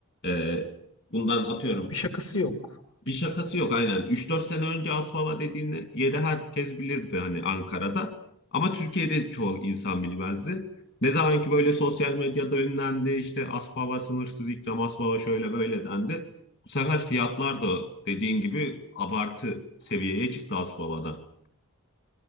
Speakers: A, on the left (about 55°); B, on the left (about 70°).
A: e, bundan atıyorum
B: Bir şakası yok.
A: bir şakası yok aynen. Üç dört sene önce Aspava dediğin yeri herkes bilirdi hani Ankara'da. Ama Türkiye'de çoğu insan bilmezdi. Ne zaman ki böyle sosyal medyada ünlendi işte Aspava sınırsız ikram, Aspava şöyle böyle dendi. Bu sefer fiyatlar da dediğin gibi abartı seviyeye çıktı Aspava'da.